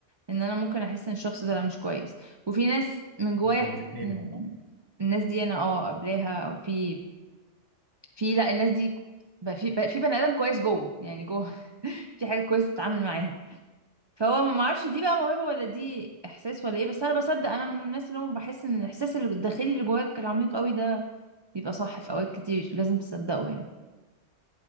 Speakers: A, on the right; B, on the left.
A: ان انا ممكن احس ان الشخص ده لا مش كويس وفي ناس من جوايا
B: هما
A: احس
B: الاتنين
A: ان
B: مع بعض
A: الناس دي انا اه قبلاها او في في لا الناس دي بقى في بقى في بني ادم كويس جوه يعني جوه <laughs> في حاجه كويسه تتعامل معاها فهو ما اعرفش دي بقى موهبه ولا دي احساس ولا ايه بس انا بصدق انا من الناس اللي هم بحس ان الاحساس اللي الداخلي اللي جواك العميق قوي ده بيبقى صح في اوقات كتير لازم تصدقه يعني